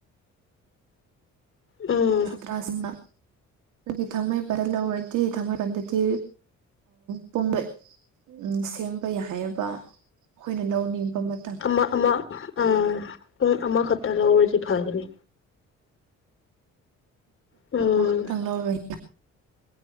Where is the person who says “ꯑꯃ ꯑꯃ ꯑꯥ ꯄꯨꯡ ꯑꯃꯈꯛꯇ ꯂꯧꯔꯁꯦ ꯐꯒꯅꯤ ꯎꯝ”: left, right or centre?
Left